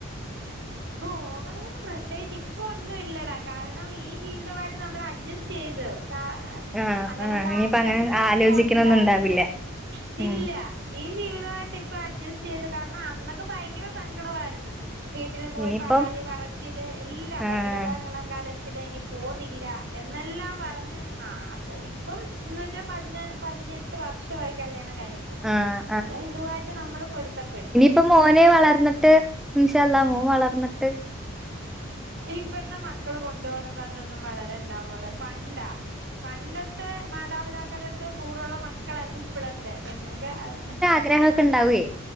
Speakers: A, on the right (about 55°); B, in the centre.
A: പോകണന്ന് പ്രത്യേകിച്ചി - ഇപ്പോ ഒന്നും ഇല്ലടാ കാരണം ഈ ജീവിതവായിട്ട് നമ്മള് അഡ്ജസ്- - സ്റ്റ് ചെയ്ത് കാ
B: ആഹ്
A: അങ്ങനെള്ള
B: ആഹ് ഇനിയിപ്പ
A: ആഗ്രഹങ്ങളൊക്കെ
B: അങ്ങനെ ആലോചിക്കണൊന്നും
A: ഓണ്ടാര്ന്ന്
B: ഉണ്ടാവില്ല. ഉം
A: ഇല്ല ഈ ജീവിതവായിട്ട് ഇപ്പ അഡ്ജസ്റ്റ് ചെയ്ത് കാരണം അന്നൊക്കെ ഭയങ്കര സങ്കടവായ്ര്ന്ന് വീട്ടില് പോയി
B: ഇനിയിപ്പം
A: പരാതി പറച്ചില് എല്ലാം ഭയങ്കരം
B: ആഹ്
A: ബഹളം കര തില്ല ഇനി പോന്നില്ല എന്നെല്ലാം പറഞ്ഞ് ആ അത് ഇപ്പം ഇന്ന് വെച്ചാ പതിന പതിനെ- എട്ട് വർഷ്യവായി കല്യാണം കഴിഞ്ഞിട്ട്
B: ആഹ്
A: അന്നേരം ഇതുവായിട്ട് നമ്മള് പൊരുത്തപ്പെട്ട്
B: ഇപ്പം മോനെ വളർന്നിട്ട് ഇൻഷാഅള്ള മോൻ വളർന്നട്ട്
A: ഇപ്പഴത്തെ മക്കള് കൊണ്ടോന്ന് പറഞ്ഞൊന്നും വളരെണ്ടാ മോളെ പണ്ടാ- പണ്ടത്തെ മാതാപിതാക്കളാടുത്ത് കൂറുള്ള മക്കളല്ല ഇപ്പളത്തെ നിങ്ങൾക്ക് ആ-
B: ആഗ്രഹക്കെ ഉണ്ടാവേ